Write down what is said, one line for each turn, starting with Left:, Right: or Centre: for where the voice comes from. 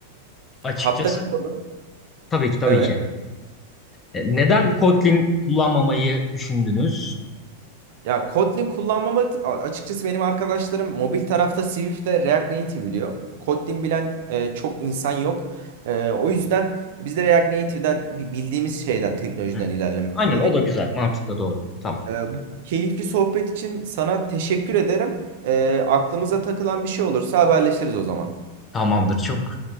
Left: Açıkçası
Right: hatta kapalı.
Left: tabii ki tabii
Right: Evet.
Left: ki. E, neden Kotlin kullanmamayı düşündünüz?
Right: Ya Kotlin kullanmamak a- açıkçası benim arkadaşlarım mobil tarafta Swift'te React Native biliyor. Kotlin bilen e, çok insan yok. E, o yüzden biz de React Native'den bi- bildiğimiz şeyden teknolojiden
Left: Hı.
Right: ilerlemek
Left: Aynen
Right: istedik.
Left: o da güzel. Mantıklı doğru. Tamam.
Right: Ee, bu keyifli sohbet için sana teşekkür ederim. Ee, aklımıza takılan bir şey olursa haberleşiriz o zaman.
Left: Tamamdır. Çok